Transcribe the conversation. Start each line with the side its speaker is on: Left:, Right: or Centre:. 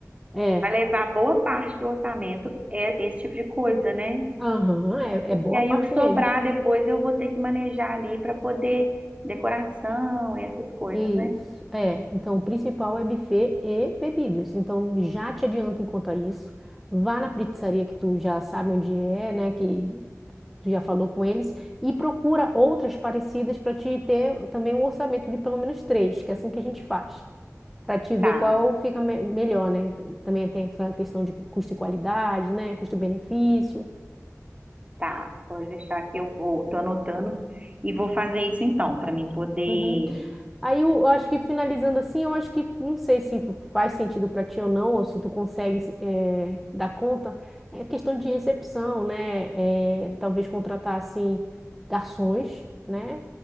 Centre: É,
Right: vai levar boa parte do orçamento é esse tipo de coisa, né?
Centre: aham, é
Right: Porque
Centre: é boa
Right: aí
Centre: parte
Right: o que sobrar
Centre: mesmo.
Right: depois eu vou ter que manejar ali para poder decoração e essas coisas,
Centre: Isso,
Right: né?
Centre: é. Então, o principal é buffet e bebidas. Então, já te adianta enquanto a isso. Vá na pizzaria que tu já sabe onde é, né? Que tu já falou com eles. E procura outras parecidas para te ter também um orçamento de pelo menos três, que é assim que a gente faz. Para te ver
Right: Tá,
Centre: qual fica me- melhor, né? Também tem a questão de custo e qualidade, né? Custo-benefício.
Right: tá. Pode deixar que eu vou, tô anotando e vou fazer isso então, para mim poder.
Centre: Uhum. Aí eu acho que finalizando assim, eu acho que não sei se faz sentido para ti ou não, ou se tu consegue eh, dar conta, é questão de recepção, né? Eh, talvez contratar assim garçons, né?